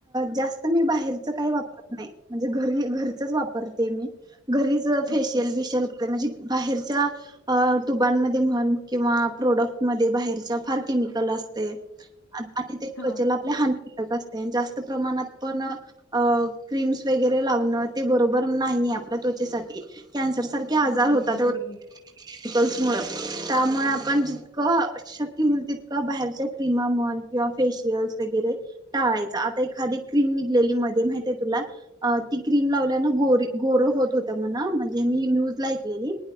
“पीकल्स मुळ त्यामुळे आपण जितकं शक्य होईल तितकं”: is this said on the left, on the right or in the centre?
Right